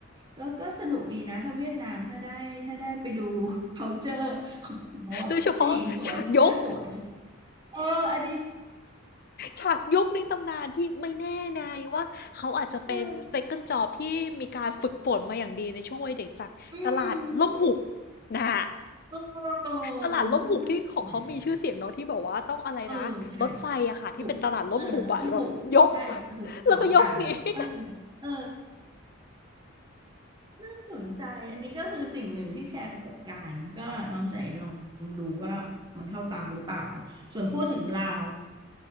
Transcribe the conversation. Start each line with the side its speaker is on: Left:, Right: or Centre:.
Right: ก็ก็สนุกดีนะถ้าเวียดนามถ้าได้ถ้าได้ไปดู culture ของเขาอะผู้หญิงสวยก็สวย
Left: โดยเฉพาะฉากยก
Right: เอออันนี้
Left: ฉากยุคในตำนานที่ไม่แน่นายว่าเขาอาจจะเป็น
Right: <laughs>
Left: second job ที่มีการฝึกฝนมาอย่างดีในช่วงวัยเด็กจากตลาดล่มหุบ
Right: อืม
Left: นะฮะ
Right: โอ้
Left: ตลาดล่มหุบที่ของเขามีชื่อเสียงเนาะที่บอกว่าต้องอะไรนะรถไฟอะค่ะที่เป็นตลาดล่มหุบอะแบบยก
Right: น่าแหละเออใช่ ผูกเออเราต้องผูกใช่ผูกพร้อมกันเออ
Left: <laughs> แล้วก็ยกหนีน
Right: เออน่าสนใจอันนี้ก็คือสิ่งหนึ่งที่แชร์ประสบการณ์ก็น้องใจลองดูว่ามันเข้าตาหรือเปล่าส่วนพูดถึงลาว